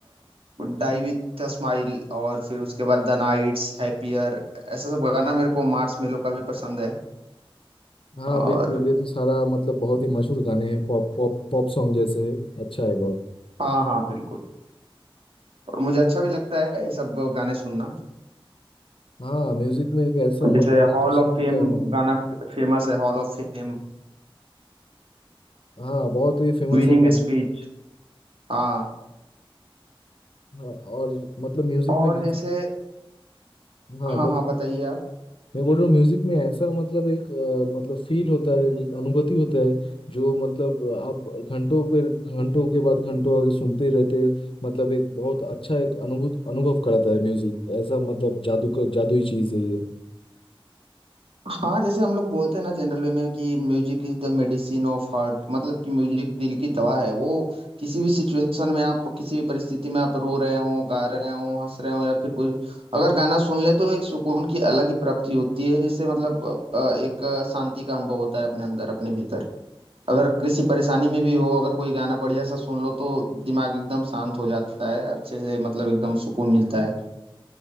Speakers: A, on the right; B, on the left.
A: डाई विथ अ स्माइल और फिर उसके बाद द नाइट्स हैप्पियर ऐसा सब गाना मेरे को मार्स मेलो का भी पसंद है
B: हाँ
A: और
B: बिल्कुल ये तो सारा मतलब बहुत ही मशहूर गाने हैं पॉप पॉप पॉप सॉन्ग जैसे है अच्छा है बहुत
A: हाँ हाँ बिल्कुल और मुझे अच्छा भी लगता है ये सब गाने सुनना
B: हाँ म्यूजिक में एक ऐसा
A: जैसे
B: मतलब आकर्षण
A: हॉल ऑफ फेम
B: होता है ना
A: गाना फेमस है hall of fame
B: हाँ बहुत ही फेमस
A: winning
B: है गाना
A: speech हाँ
B: हाँ और मतलब म्यूजिक
A: और
B: में ऐसा
A: जैसे
B: हाँ
A: हाँ
B: बोल
A: हाँ बताइए आप
B: मैं बोल रहा हूँ म्यूजिक में ऐसा मतलब एक अ, मतलब फील होता है एक अनुभूति होता है जो मतलब आप घंटों पर घंटों के बाद घंटों आगे सुनते रहते मतलब एक बहुत अच्छा एक अनुभूत अनुभव कराता है म्यूजिक ऐसा मतलब जादू का जादुई चीज है ये
A: हाँ जैसे हम लोग बोलते हैं ना जनरल वे में कि music is the medicine of heart मतलब कि म्यूजिक दिल की दवा है वो किसी भी सिचुएशन में आप किसी भी परिस्थिति में आप रो रहे हो गा रहे हो हंस रहे हो या फिर कुछ अगर गाना सुन ले तो एक सुकून की अलग ही प्राप्ति होती है जिससे मतलब अ, एक शांति का अनुभव होता है अपने अंदर अपने भीतर अगर किसी परेशानी में भी हो अगर कोई गाना बढ़िया सा सुन लो तो दिमाग एकदम शांत हो जाता है अच्छे से मतलब एकदम सुकून मिलता है